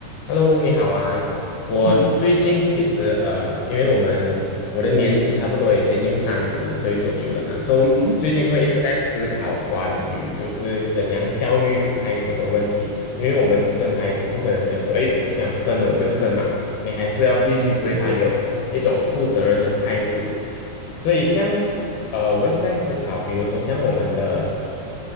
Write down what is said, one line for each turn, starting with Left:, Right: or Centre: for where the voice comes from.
Left: Hello，你好啊！我最近其实呃，
Right: 嗯哼，
Left: 因为我们我的年纪差不多也接近三十岁左右了嘛，所以最近会一直在思考关于就是怎样教育孩子的问题。
Right: 嗯哼，
Left: 因为我们生孩子不可能想说，哎，我想生我就生嘛，你还是要必须对他有一种负责任的态度。
Right: 嗯哼，嗯
Left: 所以像呃，我一直在思考，比如说像我们的。